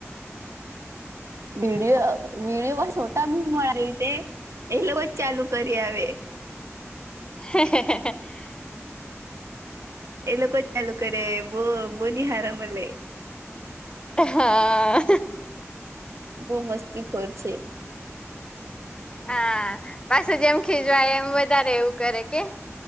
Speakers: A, on the right; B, on the left.
A: વિડીિયો, વિડીયો છોટાભીમ <unintelligible> એલોકોજ ચાલુ કરી આવે.
B: હ. <unintelligible>
A: એ લોકો એ ચાલુ કરવો જોઈએ બહુ નહીં હારા મળે
B: હા.
A: બહુ મસ્તી ખોર છે.
B: હા પાછ જેમ ખીજવાય એમ વધારે એવું કરે કે